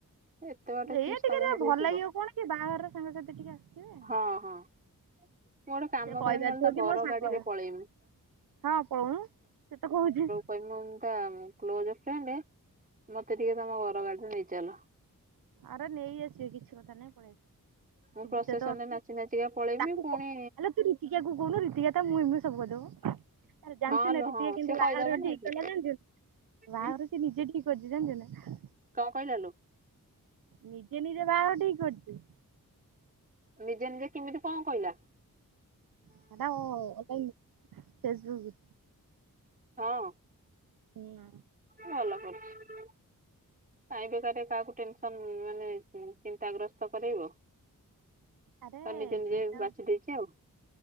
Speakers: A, on the right; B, on the right.
A: ଏତେ
B: ଆସିବା
A: ବାଟ ଫିସ୍
B: ଏଇଆ ଟିକେ
A: ତମ ଘରକୁ
B: ଭଲ
A: ଯିବ।
B: ଲାଗିବ କଣ କି ବାହାଘର ସାଙ୍ଗସାଥି ଟିକେ ଆସିଥିବେ
A: ‌ ହଁ ହଁ। ମୁଁ ଗୋଟେ କାମ
B: ସେ କହିପାରୁଥିବ
A: କରମି ନହେଲେ ତା
B: କି
A: ବର
B: ମୋ ସାଙ୍ଗ
A: ଗାଡି ରେ ପଳେଇମି
B: ହଁ ପଳଉନୁ, ସେ ତ କହୁଛି
A: କହିବି ମୁଁ ତା କ୍ଲୋଜ ଫ୍ରେଣ୍ଡ, ମତେ ଟିକେ ତମ ଘର ଗାଡିରେ ନେଇଚାଲ।
B: ଆର ନେଇ ଆସିବେ, କିଛି କଥା ନାଇଁ ପଳେଇ ଆସିବ।
A: ମୁଁ
B: ସୁବିଧା
A: ପ୍ରସେସନରେ
B: ତ ଅଛି।
A: ନାଚି ନାଚିକା ପଳେଇମି
B: ତାକୁ
A: ପୁଣି
B: କ ତୁ ରୀତିକାକୁ କହୁନୁ ରୀତିକା ତ ମୁଁହେ ମୁଁହେ ସବୁ କରିଦବ ‌। ଆରେ ଜାଣିଛୁ
A: ହଁ ଲୋ
B: ନା ରୀତି
A: ହଁ
B: କିନ୍ତୁ
A: ସିଏ କହିଦବ
B: ବାହାଘର
A: ନାଇଁ
B: ଠିକ୍
A: କି
B: କଲା ଜାଣିଛୁ? ବାହା
A: ଉଁ
B: ସେ ନିଜେ ଠିକ୍ କରିଛି ଜାଣିଛୁ ନା
A: କଣ କହିଲା ଲୋ?
B: ନିଜେ ନିଜ ବାହାଘର ଠିକ କରିଛି।
A: ନିଜେ ନିଜେ କେମିତି କଣ କହିଲା?
B: ସେଟା ଅ ଅଲଗାଇ ଫେସବୁକ ରୁ।
A: ହଁ।
B: ହୁ ଅଁ
A: ଭଲ କରଛି। କାଇଁ ବେକାରରେ କାହାକୁ ଟେନସନ ମାନେ ଚିନ୍ତାଗ୍ରସ୍ତ କରାଇବ।
B: ଆରେ
A: ତ ନିଜେ ନିଜେ
B: ଚିନ୍ତା
A: ବାଛି ଦେଇେଛି ଆଉ।